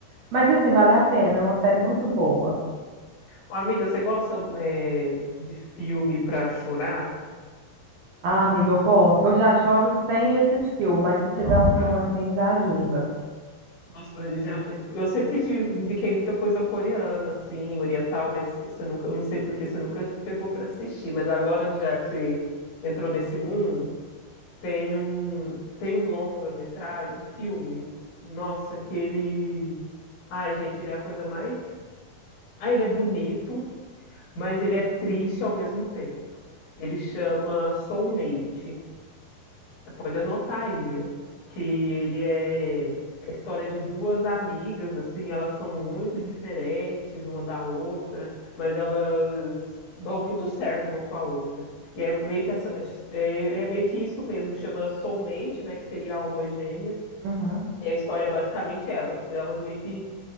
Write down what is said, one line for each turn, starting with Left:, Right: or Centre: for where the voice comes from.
Right: Mas assim, vale a pena, é uma série muito boa.
Left: Ô, amiga, você gosta é, de filme pra chorar?
Right: Ah, amiga, eu gosto. Eu já choro sem esses filmes, mas se tiver um filme assim já ajuda.
Left: Nossa, eu já, eu sempre te indiquei muita coisa coreana, assim, oriental, mas você nunca, eu não sei por que você nunca pegou pra assistir. Mas agora que já que você entrou nesse mundo, tem um, tem um longa-metragem, um filme. Nossa, que ele. Ai, gente, ele é a coisa mais. Ah, ele é bonito, mas ele é triste ao mesmo tempo. Ele chama Soulmate. Pode anotar aí, viu? Que ele é é a história de duas amigas, assim, elas são muito diferentes uma da outra, mas elas dão muito certo uma com a outra. E é meio que essa- é, é meio que isso mesmo, chama Soulmate, né, que seria alma gêmea.
Right: Uhum.
Left: E a história é basicamente elas, elas meio que